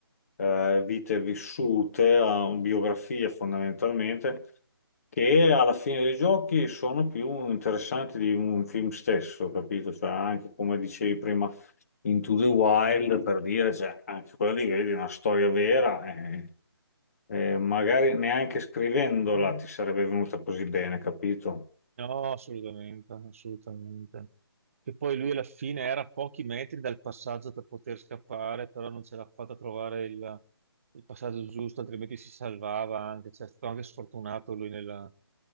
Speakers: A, on the left; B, on the right.
A: a eh, vite vissute, a biografie fondamentalmente, che alla fine dei giochi sono più interessanti di un film stesso, capito? Cioè, anche come dicevi prima. Into the Wild per dire, cioè, anche quella lì vedi è una storia vera e, e magari neanche scrivendola ti sarebbe venuta così bene, capito?
B: No, assolutamente, assolutamente. Che poi lui alla fine era a pochi metri dal passaggio per poter scappare, però non ce l'ha fatta a trovare il, il passaggio giusto, altrimenti si salvava anche. Cioè, è stato anche sfortunato lui nella,